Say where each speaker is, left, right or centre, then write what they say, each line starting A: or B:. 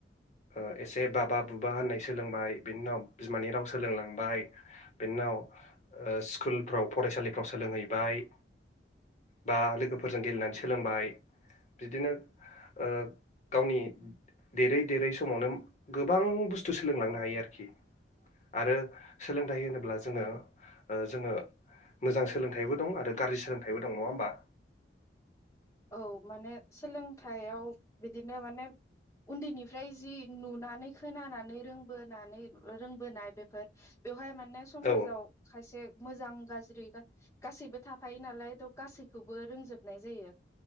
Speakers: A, on the left; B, on the left.
A: ओ एसे बाबा बुबा होननाय सोलोंबाय बिनि उनाव बिमानि राव सोलोंलांबाय बेनि उनाव ओ स्कुलफ्राव फरायसालिफ्राव सोलोंहैबाय बा लोगोफोरजों गेलेनानै सोलोंबाय बिदिनो ओ गावनि देरै देरै समावनो गोबां बुस्थु सोलोंलांनो हायो आरोखि आरो सोलोंथाइ होनोब्ला जोङो ओ जोङो मोजां सोलोंथाइबो दं आरो आरो गाज्रि सोलोंथाइबो दं नङा होमबा
B: औ माने सोलोंथायाइयाव बिदिनो माने उन्दैनिफ्राय जि नुनानै खोनानानै रोंबोनानै रोंबोनाय बेफोर बेवहाय माने समाजाव
A: औ
B: खायसे मोजां गाज्रि गासैबो थाफायो नालाय थ' गासैखौबो रोंजोबनाय जायो